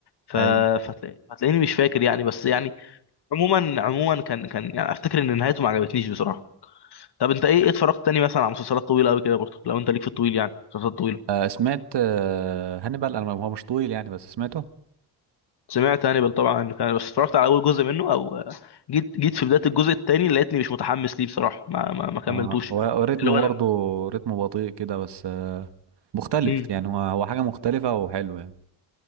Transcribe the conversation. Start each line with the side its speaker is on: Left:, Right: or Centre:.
Left: ف...
Right: ايوه
Left: فتلا- فتلاقيني مش فاكر يعني بس يعني عموما عموما كان كان يعني افتكر ان نهايته ما عجبتنيش بصراحه طب انت ايه إيه اتفرجت تاني مثلا على مسلسلات طويله قوي كده برضه لو انت ليك في الطويل يعني مسلسلات طويله
Right: آه سمعت آه هانيبال انا هو مش طويل يعني بس سمعته
Left: سمعت هانيبال طبعا كان بس اتفرجت على اول جزء منه او جيت جيت في بدايه الجزء التاني لقيتني مش متحمس ليه بصراحه ما ما, ما كملتوش
Right: اه هو هو رتمه
Left: اللي هو لما
Right: برضه رتمه بطيء كده بس آه، مختلف
Left: امم
Right: يعني هو هو حاجة مختلفة وحلو يعني